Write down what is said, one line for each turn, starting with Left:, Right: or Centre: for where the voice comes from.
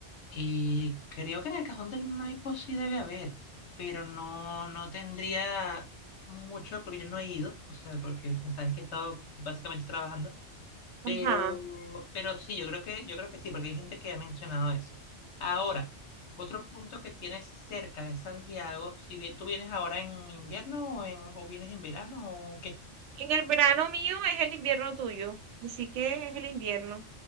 Left: Eh, creo que en el Cajón del Maipo sí debe haber, pero no, no tendría mucho porque yo no he ido, o sea, porque sabes que he estado básicamente trabajando,
Right: Ajá.
Left: pero, pero sí, yo creo que, yo creo que sí, porque hay gente que ha mencionado eso. Ahora, otro punto que tienes cerca de Santiago, si bien tú vienes ahora en invierno o en, o vienes en verano o qué,
Right: En el verano mío es el invierno tuyo. Así que es el invierno.